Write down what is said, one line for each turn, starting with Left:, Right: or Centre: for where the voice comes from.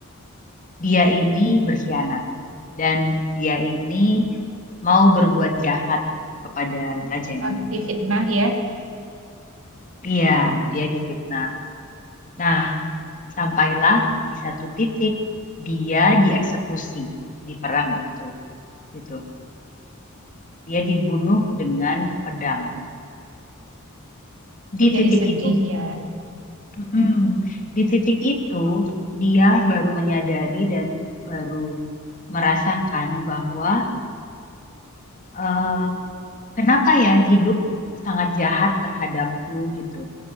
Left: dia ini berkhianat. dan dia ini mau berbuat jahat kepada rajanya
Right: Oh, difitnah
Left: gitu.
Right: ya.
Left: Iya, dia difitnah. Nah, sampailah di satu titik dia dieksekusi di perang itu gitu. Dia dibunuh dengan pedang.
Right: Aku
Left: Di
Right: jadi
Left: titik
Right: sedih
Left: itu,
Right: ya.
Left: mm-mm, di titik itu dia baru menyadari dan baru merasakan bahwa eh, kenapa ya hidup sangat jahat terhadapku gitu.